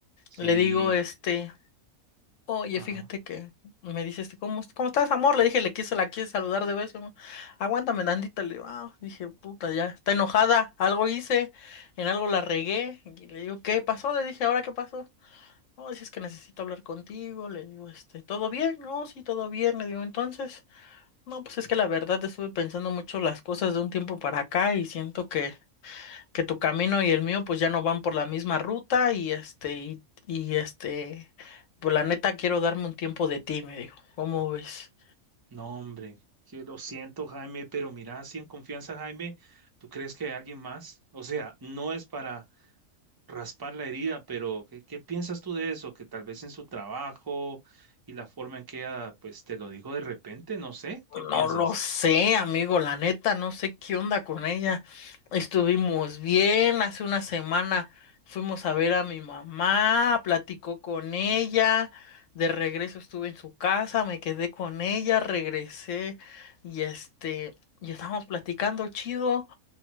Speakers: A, on the right (about 20°); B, on the left (about 65°).
A: Sí,
B: Le digo, este, Oye,
A: ajá.
B: fíjate que me dice este, ¿cómo, est- cómo estás, amor? Le dije, le quise, la quise saludar de beso. ¿no? Aguántame, tantito. Le digo, ah, dije, puta, ya está enojada, algo hice, en algo la regué. Y le digo, ¿qué pasó? Le dije, ¿ahora qué pasó? No, si es que necesito hablar contigo. Le digo, este, ¿todo bien? No, sí, todo bien. Le digo, entonces, no, pues es que la verdad estuve pensando mucho las cosas de un tiempo para acá y siento que que tu camino y el mío pues ya no van por la misma ruta y este, y, y, este, pues la neta quiero darme un tiempo de ti, me dijo. ¿Cómo ves?
A: No, hombre, que lo siento, Jaime, pero mira, así en confianza, Jaime, ¿tú crees que hay alguien más? O sea, no es para raspar la herida, pero ¿qué, qué piensas tú de eso? Que tal vez en su trabajo y la forma en que ella, pues, te lo dijo de repente, no sé, ¿qué piensas?
B: No lo sé, amigo, la neta, no sé qué onda con ella. Estuvimos bien, hace una semana fuimos a ver a mi mamá, platicó con ella, de regreso estuve en su casa, me quedé con ella, regresé y este, y estábamos platicando chido.